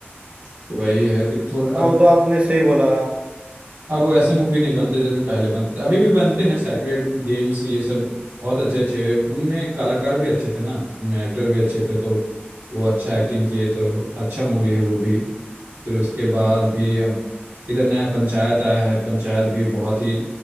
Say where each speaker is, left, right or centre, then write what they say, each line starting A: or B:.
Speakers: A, on the right; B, on the right.
A: तो वही है कि थोड़ा
B: हाँ
A: अब
B: वो तो आपने सही बोला
A: अब वो ऐसे मूवी नहीं बनते जैसे पहले बनते थे अभी भी बनते हैं सैक्रेड गेम्स ये सब बहुत अच्छे अच्छे उनमें कलाकार भी अच्छे थे ना उनमें एक्टर भी अच्छे थे तो वो अच्छा एक्टिंग किए तो अच्छा मूवी है वो भी फिर उसके बाद भी अब इधर नया पंचायत आया है पंचायत भी बहुत ही